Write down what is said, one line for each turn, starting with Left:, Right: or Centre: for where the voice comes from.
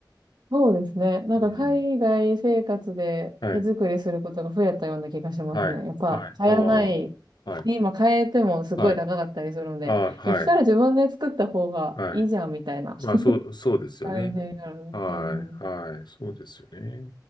Right: そうですね。なんか海外生活で手作りすることが増えたような気がしますね。
Left: うん。はい。はい。
Right: やっぱ買えないし。
Left: はい。ああ。はい。
Right: 今買えてもすごい高かったりするので、
Left: はい。ああ、はい。
Right: いや、そしたら自分で作った方がいいじゃんみたいな
Left: はい。まあ、そう、
Right: <laughs>
Left: そうですよね。
Right: 感じになる。
Left: はい。
Right: うんうん
Left: はい。そうですよね。